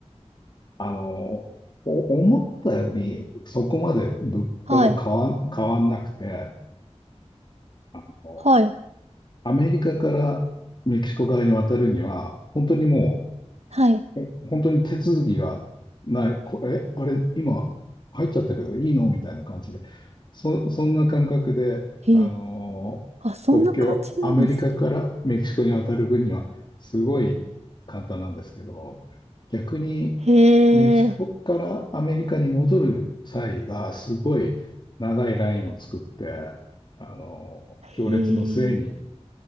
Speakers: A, on the left (about 40°); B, on the right (about 70°).
A: あの、お思ったより、そこまで物価が変わん、
B: はい。
A: 変わんなくて、あの、
B: はい。
A: アメリカからメキシコ側に渡るには、本当にも
B: はい。
A: え本当に手続きがない、これ、えあれ、今入っちゃったけどいいのみたいな感じで、そ、そんな感覚で、
B: へえ。
A: あのー国境、
B: あ、そんな感じなんですね。
A: アメリカからメキシコに渡る分にはすごい簡単なんですけど、逆に
B: へえ。
A: メキシコからアメリカに戻る際がすごい長いラインを作って、あのー行列の末に
B: へえ。